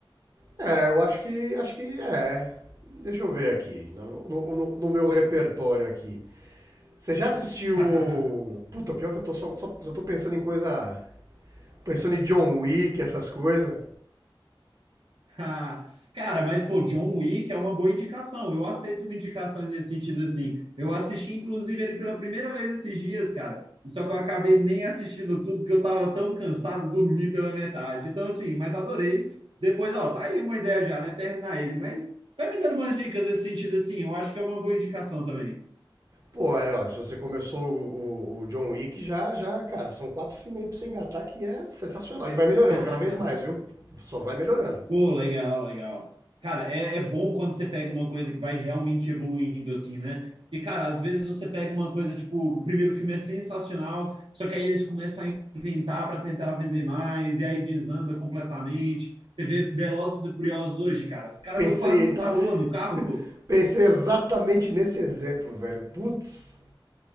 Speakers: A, on the right (about 40°); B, on the right (about 80°).
A: É, eu acho que, acho que é. Deixa eu ver aqui, no, no- no- no meu repertório aqui. Você já assistiu.
B: <laughs>
A: Puta, pior que eu tô só, só, só tô pensando em coisa. Pensando em John Wick, essas coisas.
B: <laughs> Ah, Cara, mas pô, John Wick é uma boa indicação. Eu aceito indicações nesse sentido assim. Eu assisti inclusive ele pela primeira vez esses dias, cara. E só que eu acabei nem assistindo tudo porque eu tava tão cansado, dormi pela metade. Então assim, mas adorei. Depois, ó, tá aí uma ideia já, né? Terminar ele, mas vai me dando umas dicas nesse sentido assim. Eu acho que é uma boa indicação também.
A: Pô, aí, ó, se você começou o, o- o John Wick, já, já, cara, são quatro filmes aí pra você engatar que é sensacional. E vai melhorando
B: <laughs>
A: cada vez mais, viu? Só vai melhorando.
B: Pô, legal, legal. Cara, é, é bom quando você pega uma coisa que vai realmente evoluindo, assim, né? Porque, cara, às vezes você pega uma coisa, tipo, o primeiro filme é sensacional, só que aí eles começam a inventar para tentar vender mais, e aí desanda completamente. Você vê Velozes e Furiosos hoje, cara, os caras
A: Pensei,
B: estão quase indo
A: nas-
B: pra lua
A: <laughs>
B: no carro, pô.
A: pensei exatamente nesse exemplo, velho. Putz.